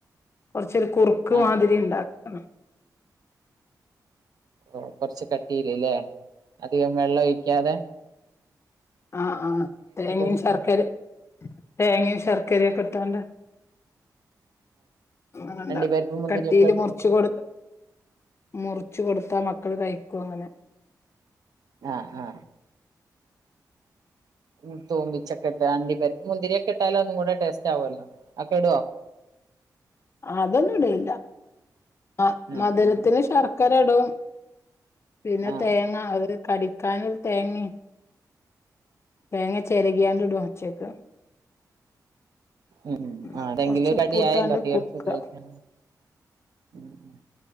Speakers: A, on the left; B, on the right.
A: കൊർച്ചൊരു കുറുക്ക്
B: ആ
A: മാതിരി ണ്ടാക്കണം
B: ഓ കൊർച്ച് കട്ടീല്ല്ലേ അധികം വെള്ളൊഴിക്കാതെ
A: ആ ആ തേങ്ങിമ്
B: കൊടുക്ക
A: ശർക്കര തേങ്ങിമ് ശർക്കരൊക്ക ട്ടാണ്ട് ണണ്ട
B: അണ്ടിപ്പരിപ്പ് മുന്തിരിയൊക്കെ
A: കട്ടീല്
B: ഇടോ
A: മുർച്ച് കൊടു മുർ ച്ചു കൊടുത്താ മക്കള് കഴിക്കും അങ്ങനെ
B: അ അ ഉം തൂമ്പിച്ചൊക്കട്ട് അണ്ടി പര് മുന്തിര്യോക്കെ ട്ടാല് അതും കൂടെ ടേസ്റ്റ് ആവുഅല്ലോ ആക്കെ ടൊ
A: അതൊന്നും ഇടേല്ല മ
B: ആ
A: മധുരത്തിന്
B: ആ
A: ശർക്കര ടും പിന്നെ
B: ആ
A: തേങ്ങ അഹ് കടിക്കാന് തേങ്ങിമ് തേങ്ങ ചെരകിയാണ്ട് ടും അച്ചേക്ക്
B: ഉം
A: എന്നിട്ട്
B: ആ ന്തെങ്കിലും
A: കൊറച്ച് ഉപ്പ്
B: കട്യായല്ലോ
A: ഇട്ടാണ്ട്
B: കുട്ടികൾക്ക്
A: കൊടുക്കുക
B: കഴിക്ക ഉം ഉം